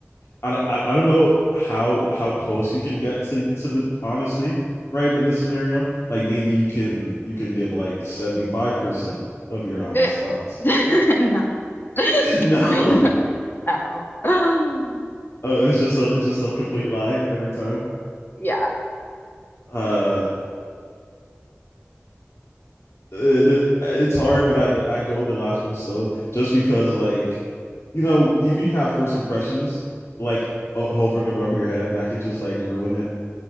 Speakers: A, on the left; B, on the left.
A: I, I, I don't know how how close you can get to to the honesty right in this scenario like maybe you can you can give like 75% of your honest
B: Eh,
A: thoughts
B: <laughs> No. <laughs>
A: <laughs> no <laughs> oh,
B: No. <gasps>
A: it's just a it's just a complete lie every time
B: Yeah.
A: uh uh, it's hard, but I'd I'd go with the last one still, just because like you know if you have first impressions like o- hovering above your head, that could just like ruin it